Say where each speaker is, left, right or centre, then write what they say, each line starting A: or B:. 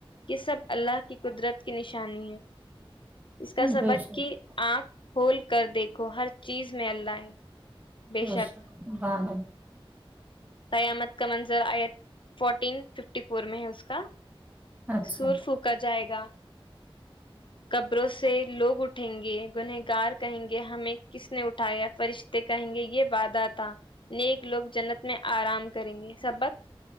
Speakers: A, on the left; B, on the right.
A: یہ سب اللہ کی قدرت کی نشانی ہے اس کا سبق
B: بے شک
A: کی آنکھ کھول کر دیکھو ہر چیز میں اللہ ہے
B: ا
A: بے شک
B: <unintelligible>
A: قیامت کا منظر آئی فورٹین ففٹی فور میں ہے اس کا
B: اچھا
A: سرف کا جائے گا قبروں سے لوگ اٹھیں گے گنہگار کہیں گے ہمیں کس نے اٹھایا فرشہ تے کہیں گے یہ وعدہ تھا نیک لوگ جنت میں آرام کریں گے سبق